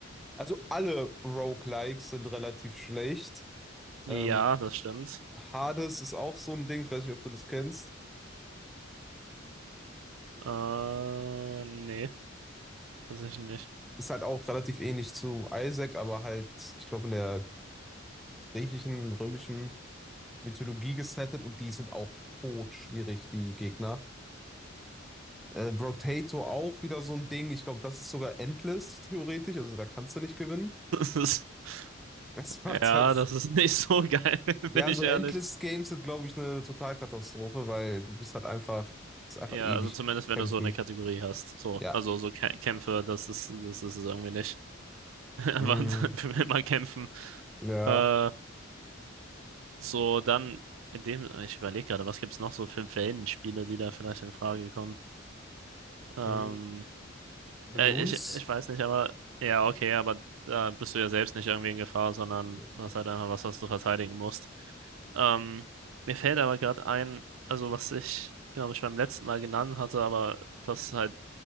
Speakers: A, in the centre; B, on the right.
A: Also alle Roguelikes sind relativ schlecht. Ähm,
B: ja, das stimmt.
A: Hades ist auch so ein Ding, ich weiß nicht, ob du das kennst.
B: Äh, nee, tatsächlich
A: Ist halt auch relativ ähnlich zu Isaac, aber halt, ich glaube, in der griechischen, römischen Mythologie gesettet und die sind auch tot schwierig die Gegner. Äh, Brotato auch wieder so ein Ding. Ich glaube, das ist sogar endless, theoretisch. Also da kannst du nicht gewinnen.
B: nicht. <laughs>
A: <laughs> Das macht
B: Ja,
A: halt
B: das ist <laughs> nicht so geil, <laughs>
A: Ja,
B: bin ich
A: so
B: ehrlich.
A: Endless Games sind, glaube ich, eine Totalkatastrophe, weil du bist halt einfach, ist einfach
B: Ja,
A: ewig
B: also zumindest wenn
A: kämpfen.
B: du so eine Kategorie hast. So,
A: Ja.
B: also so Kä Kämpfe, das ist, das ist es irgendwie nicht. <laughs> Aber
A: Mm,
B: will man kämpfen.
A: ja.
B: Äh, so, dann in dem, ich überlege gerade, was gibt's noch so für Wellenspiele, die da vielleicht in Frage kommen? Ähm,
A: Mm, Balloons?
B: äh, ich, ich weiß nicht, aber ja, okay, aber da bist du ja selbst nicht irgendwie in Gefahr, sondern
A: Ja.
B: du hast halt einfach was, was du verteidigen musst. Ähm, mir fällt aber gerade ein, also was ich, glaube ich, beim letzten Mal genannt hatte, aber was halt